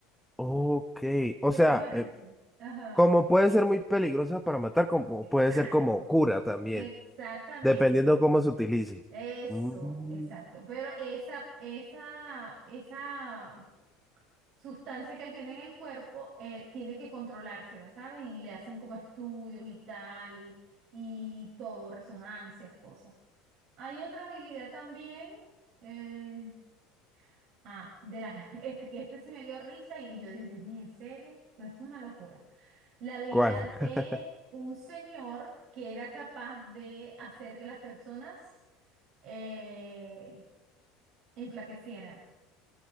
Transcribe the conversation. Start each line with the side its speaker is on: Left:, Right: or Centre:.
Centre: Ok, o
Right: ¿Qué
Centre: sea,
Right: te parece?
Centre: eh,
Right: Ajá,
Centre: como puede ser muy peligrosa para matar, como
Right: exacto,
Centre: puede ser como cura también,
Right: exactamente.
Centre: dependiendo cómo se utilice.
Right: Eso,
Centre: Mm.
Right: exacto. Pero esa, esa, esa sustancia que él tiene en el cuerpo, eh, tiene que controlársela, ¿sabes? Y le hacen como estudios y tal, y, y todo, resonancias, cosas. Hay otra habilidad también, eh, ah, de la, <laughs> este, que este sí me dio risa y yo dije, Dios mío, ¿en serio? Pero esto es una locura. La habilidad
Centre: ¿Cuál?
Right: de
Centre: <laughs>
Right: un señor que era capaz de hacer que las personas eh, enflaquecieran.